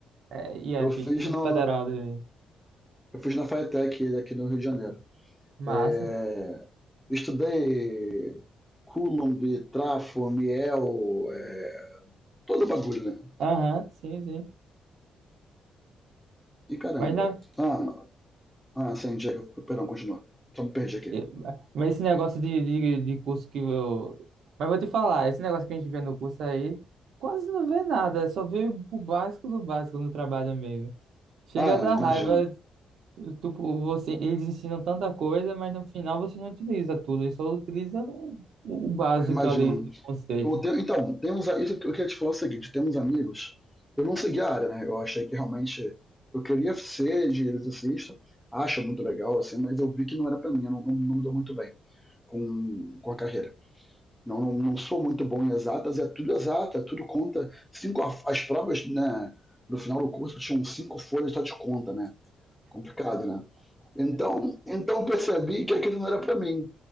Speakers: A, on the right; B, in the centre.
A: é, IF,
B: Eu fiz,
A: Instituto
B: no,
A: Federal de...
B: eu fiz na FATEC aqui no Rio de Janeiro.
A: Massa.
B: É, estudei Coulomb, trafo, miel, é, todo o bagulho, né?
A: Aham, sim, sim.
B: E caramba.
A: Mas na,
B: Ah, ah sim, Diego, perdão, continua. Só me perdi aqui.
A: É, Mas esse negócio de, de, de curso que eu. Mas vou te falar, esse negócio que a gente vê no curso aí, quase não vê nada, só vê o básico do básico no trabalho mesmo. Chega
B: Ah,
A: a dar
B: imagina.
A: raiva, tipo, você, eles ensinam tanta coisa, mas no final você não utiliza tudo, eles só utiliza o, o básico
B: Eu imagino.
A: ali de conceito.
B: Eu tenho- então, tem uns, isso que eu queria te falar é o seguinte, tem uns amigos, eu não segui a área, né? Eu achei que realmente eu queria ser de eletricista, acho muito legal, assim, mas eu vi que não era pra mim, eu não, não, não me dou muito bem com, com a carreira. Não, não, não sou muito bom em exatas, é tudo exato, é tudo conta. Cinco, as provas, né, no final do curso tinham cinco folhas só de conta, né? Complicado, né? Então, então percebi que aquilo não era para mim.